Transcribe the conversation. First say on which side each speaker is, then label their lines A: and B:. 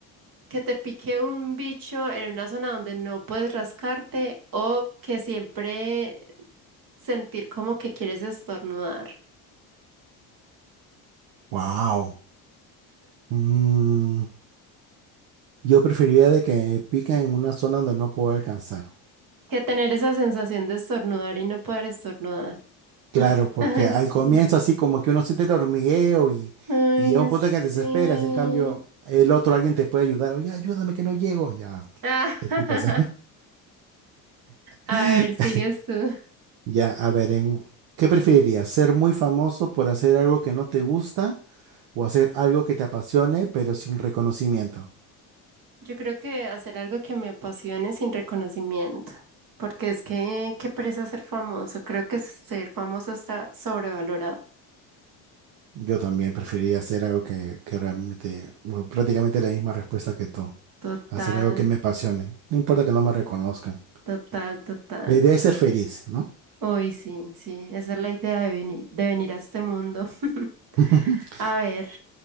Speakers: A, on the right; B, on the right.
A: que te pique un bicho en una zona donde no puedes rascarte o que siempre sentir como que quieres estornudar?
B: Wow. Mm, yo preferiría de que pica en una zona donde no puedo alcanzar.
A: Que tener esa sensación de estornudar y no poder estornudar.
B: Claro, porque
A: <laughs> Ay,
B: al
A: sí.
B: comienzo así como que uno siente el hormigueo y,
A: Ay,
B: y llega un punto
A: sí.
B: en que te desesperas, en cambio el otro alguien te puede ayudar, oye, ayúdame que no llego, ya
A: <laughs>
B: te quitas. <laughs>
A: A ver, sigues tú.
B: Ya, a ver, en, ¿qué preferirías? ¿Ser muy famoso por hacer algo que no te gusta o hacer algo que te apasione pero sin reconocimiento?
A: Yo creo que hacer algo que me apasione sin reconocimiento, porque es que
B: Yeah.
A: qué pereza ser famoso. Creo que ser famoso está sobrevalorado.
B: Yo también preferiría hacer algo que, que realmente, bueno, prácticamente la misma respuesta que tú,
A: Total,
B: hacer algo que me apasione, no importa que no me reconozcan.
A: total, total.
B: La idea es ser feliz, ¿no?
A: Hoy sí, sí, esa es la idea de venir, de venir a este mundo. <laughs>
B: <laughs>
A: A ver,